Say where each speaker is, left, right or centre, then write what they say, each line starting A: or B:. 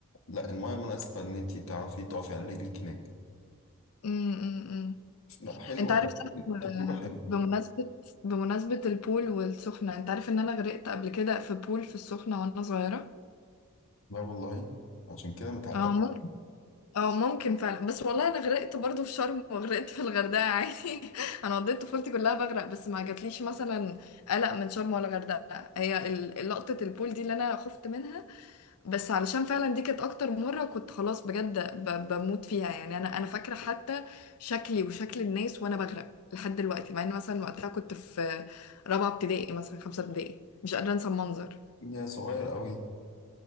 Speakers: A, on the left; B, on the left.
A: لا المايه مناسبة إن أنت تعرفي تقفي على رجلك هناك
B: أمم، أمم.
A: لا حلوة
B: انت عارف
A: ده.
B: صح ب-
A: تجربة حلوة
B: بمناسبة بمناسبة البول والسخنة انت عارف ان انا غرقت قبل كده في بول في السخنة وانا صغيرة
A: لا والله عشان كده متعقد
B: اه ممكن اه ممكن فعلا بس والله انا غرقت برضو في شرم وغرقت في الغردقة عادي <laughs> انا قضيت طفولتي كلها بغرق بس ما جاتليش مثلا قلق من شرم ولا غردقة هي ال- لقطة البول دي اللي انا خفت منها بس علشان فعلا دي كانت اكتر مرة كنت خلاص بجد ب- بموت فيها يعني انا انا فاكرة حتى شكلي وشكل الناس وانا بغرق لحد دلوقتي مع ان مثلا وقتها كنت في رابعة ابتدائي مثلا خمسة ابتدائي مش قادرة انسى المنظر
A: يا صغير قوي